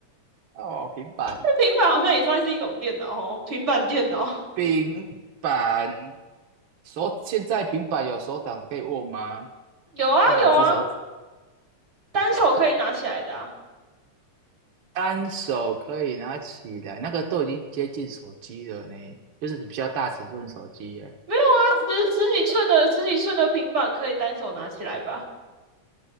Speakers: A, on the right (about 75°); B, on the right (about 30°).
A: 哦，平板，
B: 那平板好像也算是一种电脑哦，平板电脑
A: 平板。手现在平板有手掌可以握吗？
B: 有啊有啊，
A: 那两只手，
B: 单手可以拿起来的啊。
A: 单手可以拿起来，那个都已经接近手机了呢，就是比较大尺寸的手机耶。
B: 没有啊，十十几寸的十几寸的平板可以单手拿起来吧？